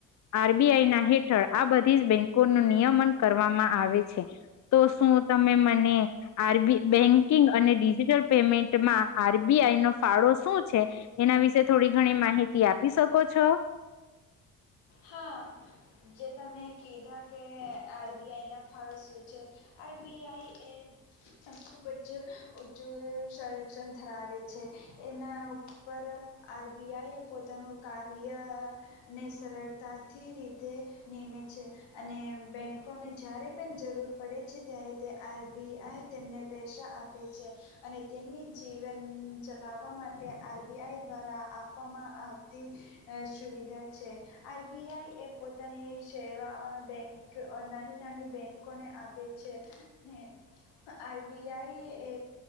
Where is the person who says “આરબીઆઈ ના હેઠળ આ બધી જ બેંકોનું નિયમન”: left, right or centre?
Left